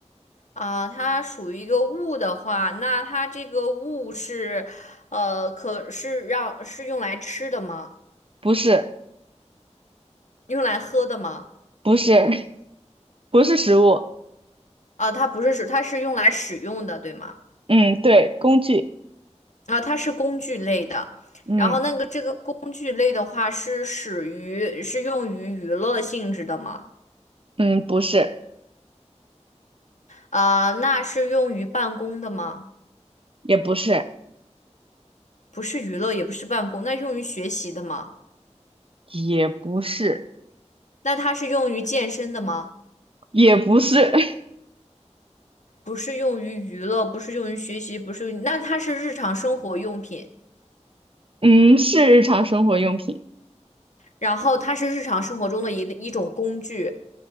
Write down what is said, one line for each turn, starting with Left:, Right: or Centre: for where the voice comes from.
Left: 啊，它属于一个物的话，那它这个物是，呃，可是让是用来吃的吗？
Right: 不是，
Left: 用来喝的吗？
Right: 不是，<laughs> 不是食物。
Left: 啊，它不是使，它是用来使用的，对吗？
Right: 嗯，对，工具。
Left: 啊，它是工具类的。
Right: 嗯
Left: 然后那个这个工具类的话，是使于是用于娱乐性质的吗？
Right: 嗯，不是，
Left: 啊，那是用于办公的吗？
Right: 也不是，
Left: 不是娱乐，也不是办公，那用于学习的吗？
Right: 也不是，
Left: 那它是用于健身的吗？
Right: 也不是。<laughs>
Left: 不是用于娱乐，不是用于学习，不是用于那它是日常生活用品，
Right: 嗯，是日常生活用品。
Left: 然后它是日常生活中的一一种工具。